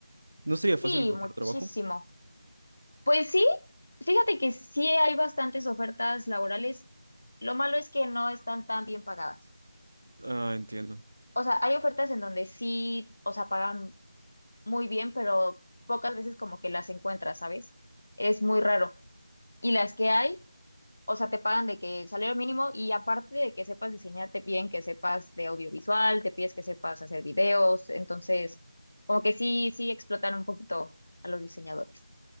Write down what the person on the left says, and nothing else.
Sí,
muchísimo.
Pues sí, fíjate que sí hay bastantes ofertas laborales. Lo malo es que no están tan bien pagadas.
O sea, hay ofertas en donde sí, o sea, pagan muy bien, pero pocas veces como que las encuentras, ¿sabes? Es muy raro. Y las que hay, o sea, te pagan de que salario mínimo y aparte de que sepas diseñar, te piden que sepas de audiovisual, te pides que sepas hacer videos. Entonces, como que sí, sí explotan un poquito a los diseñadores.